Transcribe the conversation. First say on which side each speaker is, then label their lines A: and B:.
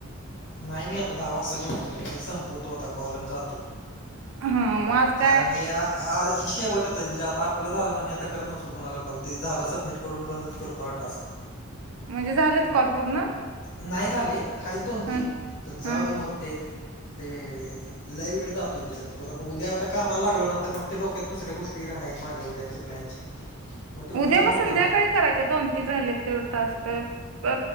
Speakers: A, on the left (about 50°); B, on the right (about 80°).
A: नाही मी आता दहा वाजता जेवण करते हे संपवतो आता कॉलन जातो.
B: हा मग आज काय
A: कारण हे या. हा शेवटच आहे म्हणजे आता आपलं झालं ना मी आता करत नसतो कुणाला कॉल ते झालं सबमिट करून बंदच करतो हा टास्क
B: म्हणजे झालंत कॉल पूर्ण
A: नाही झाले हाय दोन
B: हा
A: तीन पण जाऊ
B: हा
A: दे. ते लई वेळ जातोय त्याच्यात परत उद्या आता कामाला लागलो ना तर मग ते डोक्यात दुसऱ्या गोष्टी रा माझ्या उद्याचे प्लॅनचे ते
B: उद्या
A: होणार
B: मग संध्याकाळी
A: नाहीत
B: करायच्या दोन तीन राहिले ते टास्क अ